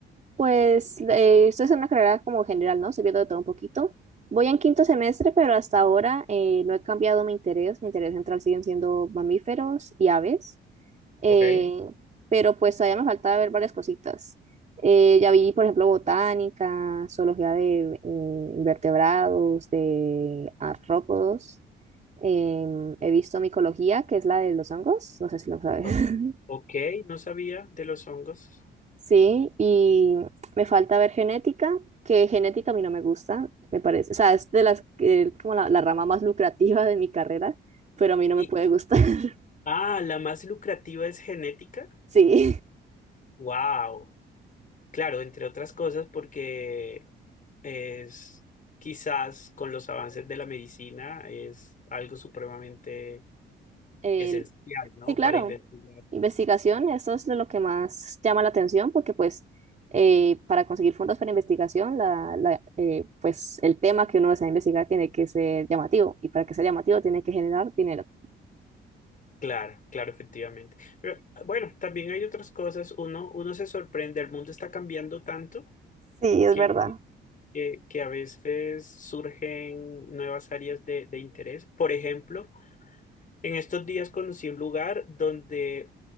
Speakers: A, on the right; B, on the left.
A: Pues eh, estoy en una carrera como general, ¿no? Estoy viendo de todo un poquito. Voy en quinto semestre, pero hasta ahora eh, no he cambiado mi interés. Mi interés central siguen siendo mamíferos y aves. Eh,
B: ¿ok?
A: Ok. Eh, pero pues todavía me falta ver varias cositas. Eh, ya vi, por ejemplo, botánica, zoología de eh, invertebrados, de artrópodos. Em, he visto micología, que es la de los hongos. No sé si lo sabes.
B: O-
A: <laughs>
B: Ok, no sabía de los hongos.
A: Sí, y me falta ver genética, que genética a mí no me gusta, me parece. O sea, es de las que- como la, la rama más lucrativa de mi carrera, pero a mí no me
B: Y,
A: puede gustar. <laughs>
B: ah, la más lucrativa es genética.
A: Sí,
B: Wow. Claro, entre otras cosas porque es quizás con los avances de la medicina es algo supremamente
A: el-
B: esencial, ¿no?
A: sí, claro.
B: Para investigar.
A: Investigación, eso es de lo que más llama la atención, porque pues eh, para conseguir fondos para investigación, la, la, eh, pues el tema que uno desea investigar tiene que ser llamativo, y para que sea llamativo tiene que generar dinero.
B: Claro, claro, efectivamente. Pero ah, bueno, también hay otras cosas. Uno, uno se sorprende, el mundo está cambiando tanto
A: Sí, es
B: que,
A: verdad.
B: que, que a veces surgen nuevas áreas de, de interés. Por ejemplo, en estos días conocí un lugar donde